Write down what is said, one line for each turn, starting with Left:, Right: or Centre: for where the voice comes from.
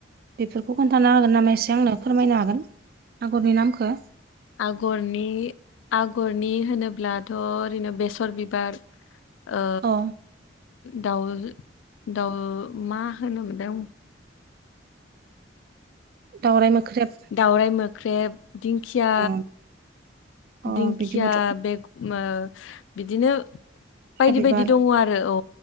Right: बेफोरखो खोन्थानो हागोन नामा एसे आंनो फोरमायनो हागोन आगरनि नामखो
Left: आगरनि आगरनि होनोब्लाथ' ओरैनो बेस'र बिबार ओ
Right: अ
Left: दाउ दाउ मा होनोमोनदों
Right: दाउराय मोख्रेब
Left: दाउराइ मोख्रेब दिंखिआ
Right: अ अ
Left: दिंखिआ
Right: बिदिबोथ'
Left: बे ओम बिदिनो
Right: खासिया
Left: बायदि
Right: बिबार
Left: बायदि दङ आरो औ